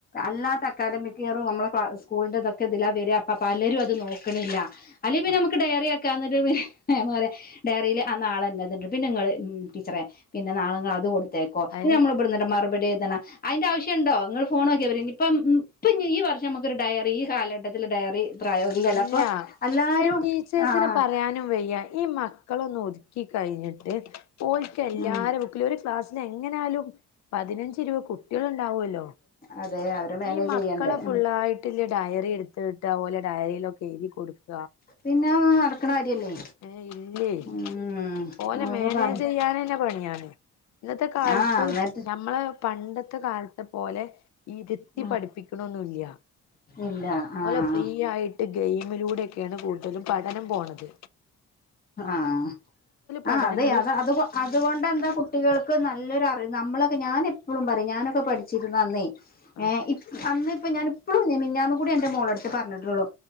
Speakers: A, on the left; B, on the left.
A: അല്ലാത്ത അക്കാദമിക്കിയറും നമ്മള ക്ലാ സ്കൂൾന്റ ഇതൊക്കെ ഇതിലാ വെരാ അപ്പ പലരും അത് നോക്കണില്ല അല്ലെ പിന്ന
B: ആഹ്
A: നമക്ക് ഡയറിയാക്ക എന്നട്ട് പി മ്യാമ് പറയാ ഡയറില് ആ നാളെന്നത്ണ്ട് പിന്ന ഇങ്ങള് ടീച്ചറെ പിന്ന നാള നിങ്ങള് അത് കൊടുത്തെയ്ക്കോ
B: അതിന്
A: പിന്ന നമ്മള് ഇബ്ടെന്ന് മറുപടി എയ്തണ അയ്ന്റാവശ്യണ്ടോ നിങ്ങള് ഫോണോക്കിയ പൊരെ ഇനിപ്പം ഇപ്പ ഈ വർഷം നമ്ക്കൊരു ഡയറി ഈ കാലഘട്ടത്തില് ഡയറി പ്രായോഗികല്ല
B: ഇല്ല
A: അപ്പൊ എല്ലാരും
B: ന്നെ ടീച്ചേഴ്സിന്
A: ആഹ്
B: പറയാനും വയ്യ ഈ മക്ക് ക്കളൊന്ന് ഒതുക്കി കയ്ഞ്ഞട്ട് ഓൽക്ക് എല്ലാര
A: ഉം
B: ബുക്കിലൊര് ക്ലാസ്സിനെങ്ങനാലും പതിനഞ്ച് ഇരുപ കുട്ടികള് ഇണ്ടാവ് അല്ലോ
A: അതെ അവരെ മാനേജ്
B: ഈ മക്കളെ
A: ചെയ്യണ്ടേ
B: ഫുള്ളായിട്ട്ല്
A: ഉം
B: ഡയറി എടുത്തിട്ട് ഡയറിയിലൊക്കെ എഴുതി കൊടുക്കും
A: പിന്നെ നടക്കണ കാര്യല്ലേ
B: ഏ ഇല്ലേ
A: ഉം
B: പോലെ
A: അതൊക്കെ
B: മാനേജ്
A: പറ
B: ചെയ്യാനന്നെ പണിയാണ് ഇന്നത്തെ കാലത്ത്
A: ആഹ് എന്നിട്ട്
B: നമ്മളെ പണ്ടത്തെ കാലത്തെ പോലെ ഇരുത്തി
A: ആഹ്
B: പഠിപ്പിക്കണന്നുല്ല
A: ഇല്ല ആഹ്
B: ഓലെ ഫ്രീ ആയിട്ട് ട്ട് ഗെയിമിലൂടെയൊക്കെയാണ് കൂടുതലും പഠനം പോകണുന്നത്
A: ആഹ് ആഹ്
B: പഠനങ്ങളും
A: അതെ അത അത് അതുകൊണ്ട് എന്താ കുട്ടികൾക്ക് നല്ലൊരുറി നമ്മളൊക്കെ ഞാൻ എപ്പോഴും പറയും ഞാനൊക്കെ പഠിച്ചിരുന്നു അന്നേ
B: ആഹ്
A: ഏ ഇ അന്ന് ഇപ്പ ഞാനിപ്പോഴും മിഞാന്ന് കൂടി എന്റെ മോള അടുത്ത് പറഞ്ഞിട്ടുള്ളു